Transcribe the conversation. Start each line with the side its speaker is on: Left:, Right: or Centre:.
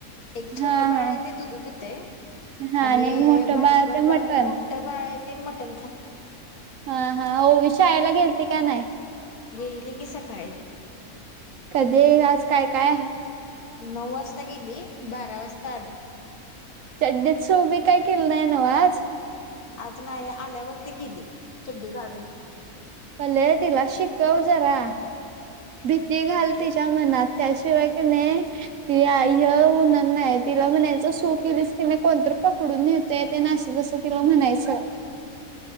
Left: एक
Right: हा
Left: छोटं बाळ
Right: हा
Left: आहे ते दुधू पित ते
Right: हा
Left: आणि
Right: एक मोठं
Left: बारकं
Right: ते
Left: बाळ
Right: मटण
Left: मोठ बाळ आहे ते मटण खाते.
Right: हा हा ओवी शाळेला गेलते का नाही?
Left: गेलीली की सकाळी.
Right: कधी आज काय काय?
Left: नऊ वाजता गेली बारा वाजता आली.
Right: चड्डीस ओवी काय केलं नाही ना हो आज?
Left: आज नाही आल्यावरती केली चड्डी काढून.
Right: पल्ले तिला शिकव जरा. भीती घाल तिच्या मनात त्याशिवाय की नाही ती आय होणार नाही तिला म्हणायचं सु केलीस की नाही कोणतरी पकडून नेहतेत तेन असं जसं तिला म्हणायचं.